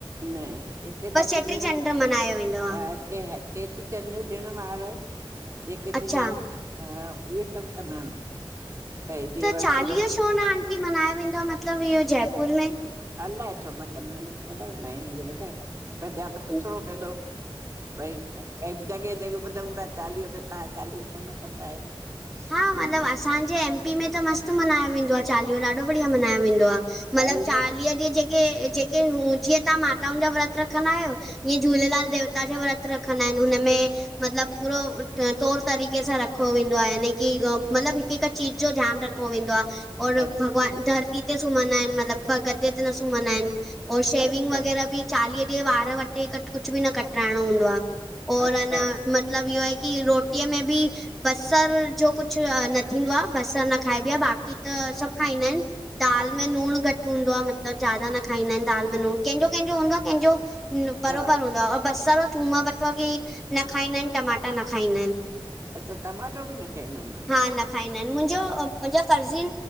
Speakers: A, on the right; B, in the centre.
A: न। हिते
B: बसि
A: बाक़ी
B: चेटी
A: ॾण
B: चंड मल्हायो वेंदो आहे
A: हा। चेटी चंड ॾिण वार जेके
B: अच्छा
A: थींदा आहिनि हा उहे सभु कंदा आहिनि। भई जीअं
B: त
A: वरसी
B: चालीह
A: वरसी
B: छो न आंटी मनाये वेंदो आ। मतलब इहो जयपुर में।
A: अललाए छो न कंद अहीन ख़बर न आहे इहो बेटा। भई ध्या
B: में
A: त पुछणो पवंदो। बाई। ऐंई जॻहि ते ॿुधुथा चालीहो त तव्हां चालीहो छो न कंदा आहियो।
B: हा।
A: नी
B: मतलबु असांजे एम पी में त मस्तु मनाये वेंदो आ चालीहो ॾाढो बढ़िया मनाये वेंदो आ। मतलब
A: अरे
B: चालीह
A: न
B: ॾींहं जेके, जेके हू जीअं तव्हां माताउनि जा व्रत रखंदा आहियो। ईअं झूलेलाल देवता जा व्रत रखंदा आहिन हुनमें। मतलब पूरो तौर तरीक़े सां रखो वेंदो आ हिन। कि मतलब हिक हिक चीज़ जो ध्यानु रखो वेंदो आ और
A: अच्छा
B: भॻवान दर ई ते सुम्हंदा आहिन मतलब भ गदे ते न सुम्हंदा आहिन और शेविंग
A: अच्छा
B: वग़ैरह भी। चालीह ॾींहं वार वटिकर कुछ भी न कटाइणो हूंदो आ और
A: अच्छा
B: अञा मत लब इह्यो आहे कि रोटीअ में भी बस्सर जो कुछ अ न थींदो आ, बसर न खाइबी आ, बाक़ी त सभु खाईंदा इनि। दाल में नूणुं घटि हूंदो आ, मतलब ज्यादा न खाईंदा इनि दाल में नूणु, कंहिंजो कंहिंजो हूंदो आ कंहिंजो बरोबर
A: हा
B: हूंदो आ और बस्सर और थूम बटआ कि न खाईंदा आहिन, टमाटा न खाईंदा आहिन।
A: अच्छा, टमाटो भी न खाईंदा हिन?
B: हा न खाईंदा इन, मुंजो अ मुंजा कर्ज़िन